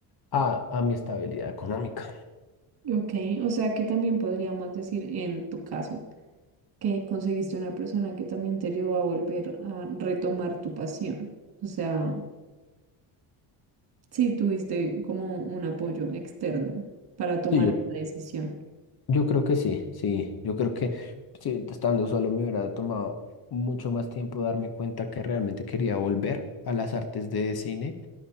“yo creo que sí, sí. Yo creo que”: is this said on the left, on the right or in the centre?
Left